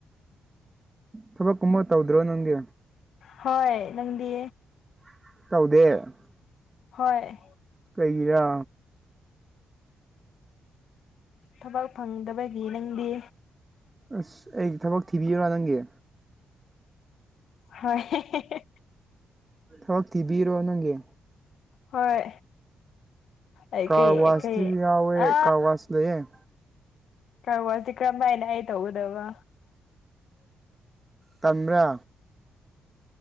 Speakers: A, on the right (about 20°); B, on the left (about 70°).
A: ꯊꯕꯛ ꯀꯨꯝꯕ ꯇꯧꯗ꯭ꯔꯣ ꯅꯪꯗꯤ
B: ꯍꯣꯏ ꯅꯪꯗꯤ
A: ꯇꯧꯗꯦ
B: ꯍꯣꯏ
A: ꯀꯩꯒꯤꯔꯥ
B: ꯊꯕꯛ ꯐꯪꯗꯕꯒꯤ ꯅꯪꯗꯤ
A: ꯑꯁ ꯑꯩꯒꯤ ꯊꯕꯛ ꯊꯤꯕꯤꯌꯨꯔꯥ ꯅꯪꯒꯤ
B: ꯍꯣꯏ ꯍꯦ ꯍꯦ ꯍꯦ
A: ꯊꯕꯛ ꯊꯤꯕꯤꯔꯣ ꯅꯪꯒꯤ
B: ꯍꯣꯏ ꯑꯩꯀꯩ
A: ꯀꯥꯔ ꯋꯥꯁꯇꯤ
B: ꯀꯩ
A: ꯌꯥꯎꯋꯦ
B: ꯑ
A: ꯀꯥꯔ ꯋꯥꯁ ꯂꯩꯌꯦ
B: ꯀ꯭ꯔꯋꯥꯁꯤ ꯀꯔꯝꯃꯥꯏꯅ ꯑꯩ ꯇꯧꯒꯗꯕ
A: ꯇꯟꯕ꯭ꯔꯥ